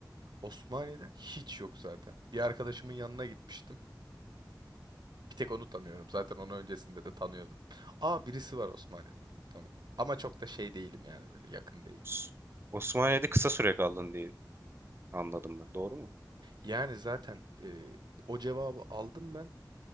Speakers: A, on the right; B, on the right.
A: Osmaniye'de hiç yok zaten. Bir arkadaşımın yanına gitmiştim. Bir tek onu tanıyorum. Zaten onu öncesinde de tanıyordum. Aa birisi var Osmaniye'den. Tamam. Ama çok da şey değilim yani böyle yakın değilim.
B: S- Osmaniye'de kısa süre kaldın diye anladım ben. Doğru mu?
A: Yani zaten e, o cevabı aldım ben